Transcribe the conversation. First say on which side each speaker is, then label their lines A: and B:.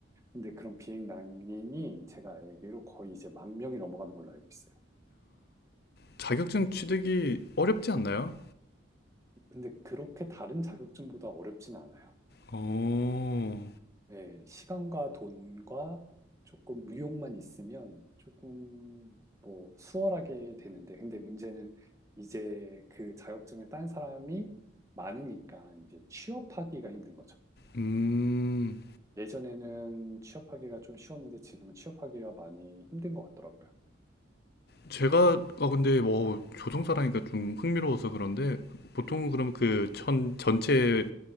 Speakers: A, on the right; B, on the left.
A: 근데 그런 비행낭인이 제가 알기로 거의 이제 만 명이 넘어가는 걸로 알고 있어요.
B: 자격증 취득이 어렵지 않나요?
A: 근데 그렇게 다른 자격증보다 어렵진 않아요.
B: 어,
A: 네, 시간과 돈과 조금 의욕만 있으면 조금 뭐 수월하게 되는데, 근데 문제는 이제 그 자격증을 딴 사람이 많으니까 이제 취업하기가 힘든 거죠.
B: 음,
A: 예전에는 취업하기가 좀 쉬웠는데 지금은 취업하기가 많이 힘든 것 같더라고요.
B: 제가 아 근데 뭐 조종사라니까 좀 흥미로워서 그런데 보통은 그럼 그 천 전체